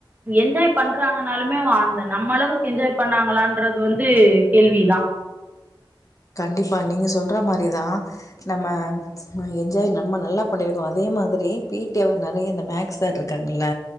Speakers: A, on the right; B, on the left.
A: என்ஜாய் பண்றாங்கன்னாலுமே அந்த நம்ம அளவுக் கு என்ஜாய் பண்ணாங்களான்றது வந்து கேள்விதா
B: கண்டிப்பா நீங்க சொல்ற மாரிதா நம்ம என்ஜாய் நம்ம நல்லா பண்ணிருக்கோ அதே மாதிரி பி டி அவர் நெறைய இந்த மேக்ஸ் சார் இருக்காங்கல்ல